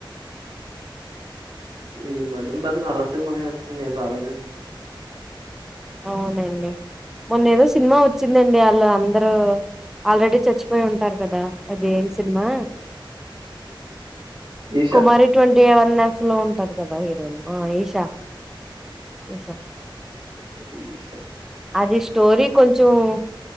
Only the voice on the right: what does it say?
ఈ మధ్యన హర్రర్ సినిమాలు ఏమొచ్చినాయి ఏం రాలే
ఈషా
ఈషా